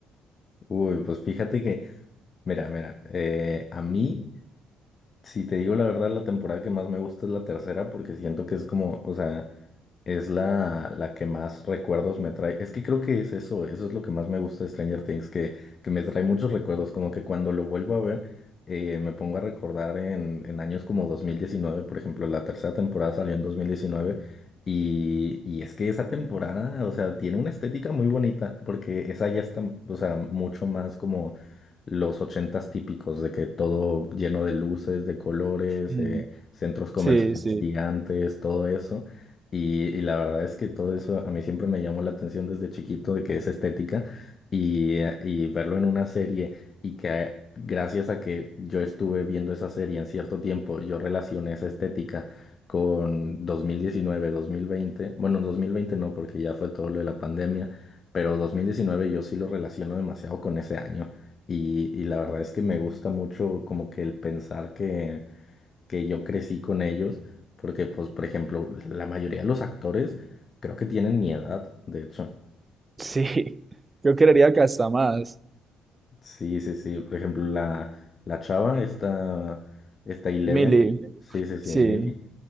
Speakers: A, on the left; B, on the right.
A: Uy, pues fíjate que, mira, mira, eh, a mí Si te digo la verdad, la temporada que más me gusta es la tercera porque siento que es como, o sea, es la, la que más recuerdos me trae. Es que creo que es eso, eso es lo que más me gusta de Stranger Things, que, que me trae muchos recuerdos, como que cuando lo vuelvo a ver, eh, me pongo a recordar en, en años como 2019, por ejemplo, la tercera temporada salió en 2019 y, y es que esa temporada, o sea, tiene una estética muy bonita porque esa ya está, o sea, mucho más como los ochentas típicos, de que todo lleno de luces, de colores,
B: Mm.
A: eh, centros comerciales
B: Sí, sí.
A: gigantes, todo eso. Y, y la verdad es que todo eso a mí siempre me llamó la atención desde chiquito, de que es estética, y, eh, y verlo en una serie y que eh, gracias a que yo estuve viendo esa serie en cierto tiempo, yo relacioné esa estética con dos dos mil diecinueve dos mil veinte bueno, 2020 no, porque ya fue todo lo de la pandemia, pero 2019 yo sí lo relaciono demasiado con ese año. Y, y la verdad es que me gusta mucho como que el pensar que, que yo crecí con ellos, porque pues, por ejemplo, la mayoría de los actores creo que tienen mi edad, de hecho.
B: Sí, <laughs> yo creería que hasta más.
A: Sí, sí, sí. Por ejemplo, la, la chava, esta, esta Eleven,
B: Mili,
A: sí, sí, sí,
B: sí.
A: Millie,